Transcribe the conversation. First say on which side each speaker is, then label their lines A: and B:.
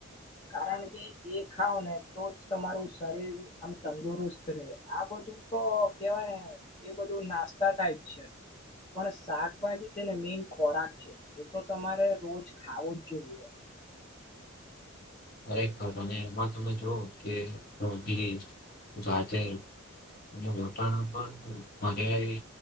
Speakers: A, on the left; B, on the left.
A: કારણ કે એ ખાાવ ને તો જ તમારું શરીર આમ તંદુરસ્ત રહે આ બધું તો કેવાય એ બધું નાસ્ સસ્તા ટાઈપ છે પણ શાકભાજી છે ને મેન ખોરાક છે એ તો તમારે રોજ ખાવું જ જોઈએ
B: ખરેખર અને એમાં તમે જો કે રોટલી ગાજર અને વટાણા પણ વઘારે